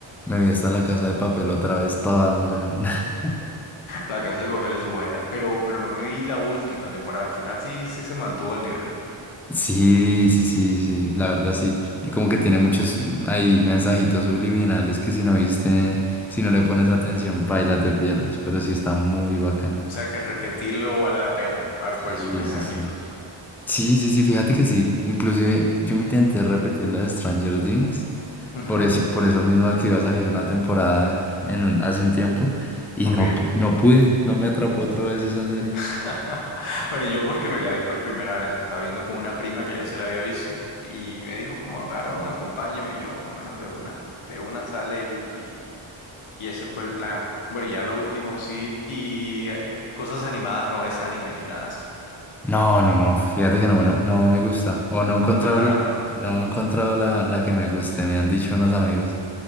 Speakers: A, in the centre; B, on the left (about 70°).
A: me vi hasta la casa de papel otra vez toda, weón. <laughs>
B: La Casa de Papel es buena, pero, pero no me vi la última temporada. Al final sí, sí se mantuvo al nivel.
A: Sí, sí, sí, sí, la verdad sí. Y como que tiene muchos ahí mensajitos subliminales que si no viste, si no le pones atención, paila, te pierdes, pero sí está muy bacana.
B: O sea, que repetirlo vale la pena para,
A: Sí,
B: por esos mensajitos.
A: sí, sí. Sí, sí, sí, fíjate que sí. Inclusive yo me intenté repetir la de Stranger Things
B: Ujú,
A: Por eso, por eso mismo que iba a salir una temporada en un- hace un tiempo y
B: Ok.
A: no, pu- no pude, no me atrapó otra vez esa serie.
B: <laughs> Bueno, yo porque me la vi por primera vez, estaba viendo con una prima que ya se la había visto y me dijo como, Carón, acompáñame. Y yo, bueno, de una, de una sale y, y ese fue el plan. Bueno, y ya lo último, sí, y eh, cosas animadas no ves anime ni nada de esto.
A: No, no, no, fíjate que no, no, no me gusta. O no he encontrado,
B: No te
A: el-
B: trama.
A: no he encontrado la, la que me guste, me han dicho unos amigos.